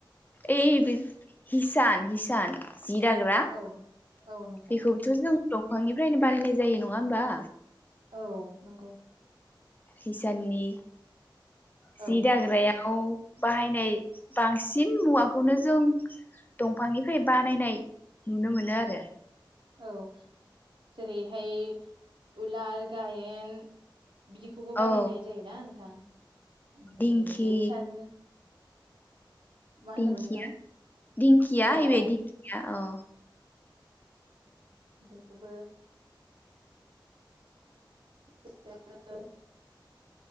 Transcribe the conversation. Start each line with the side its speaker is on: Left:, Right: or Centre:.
Left: ओइ बे हिसान हिसान जिदाग्रा बेखौबोथ'
Right: औ औ नोंथां
Left: जों दंफांनिफ्रायनो बानायनाय जायो नङा होमबा
Right: औ नोंगौ
Left: हिसाननि
Right: औ
Left: जि दाग्रायाव बाहायनाय बांसिन मुवाखौनो जों दंफांनिफ्राय बानायनाय नुनो मोनो आरो
Right: औ जेरैहाय उलार गायेन बिदिखौबो बानायनाय
Left: औ
Right: जायोना नोंथां ओमफाय
Left: दिंखि
Right: बे सान मा होनदोंमोन
Left: दिंखिया
Right: नोंथां
Left: दिंखिया
Right: अ
Left: बे
Right: अ
Left: दिंखिया औ
Right: बेखौबो <unintelligible>